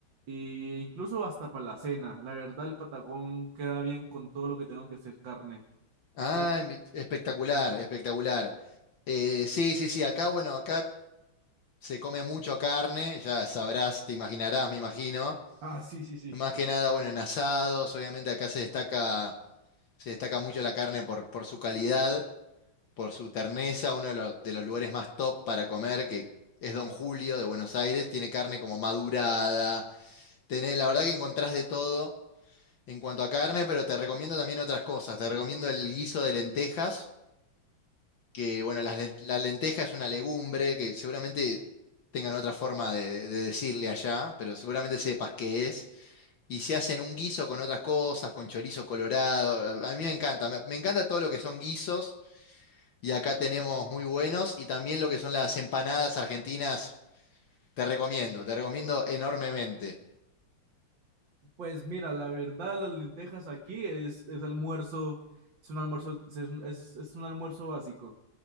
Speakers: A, on the right; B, on the left.
A: e incluso hasta para la cena. La verdad, el patacón queda bien con todo lo que tengo que hacer carne.
B: Ah,
A: Que, uf.
B: espectacular, espectacular. Eh, sí, sí, sí, acá, bueno, acá se come mucho carne, ya sabrás, te imaginarás, me imagino.
A: Ah, sí, sí, sí.
B: Más que nada, bueno, en asados, obviamente acá se destaca, se destaca mucho la carne por, por su calidad. por su terneza, uno de los, de los lugares más top para comer, que es Don Julio de Buenos Aires, tiene carne como madurada, tenés- la verdad que encontrás de todo en cuanto a carne, pero te recomiendo también otras cosas, te recomiendo el guiso de lentejas, que bueno, las len- la lenteja es una legumbre que seguramente tengan otra forma de, de decirle allá, pero seguramente sepas qué es. Y se hacen un guiso con otras cosas, con chorizo colorado. A mí me encanta, me me encanta todo lo que son guisos. Y acá tenemos muy buenos y también lo que son las empanadas argentinas, te recomiendo, te recomiendo enormemente.
A: Pues mira, la verdad, las lentejas aquí es, es almuerzo, es un almuerzo, es, un- es es un almuerzo básico.